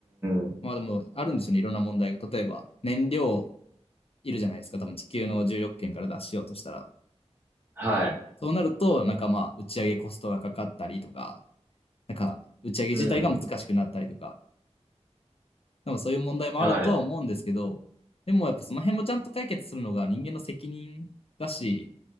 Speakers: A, on the right; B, on the left.
A: ん。
B: まあでも、あるんでしょうね。いろんな問題が。例えば、燃料いるじゃないですか。多分地球の重力圏から脱しようとしたら。
A: はい。
B: そうなると、なんかまあ、打ち上げコストがかかったりとか、なんか、打ち上げ自体が難しくなったりとか、
A: うん。
B: でもそういう問題もあるとは思うんですけど、
A: はい。
B: でもやっぱその辺もちゃんと解決するのが人間の責任だし、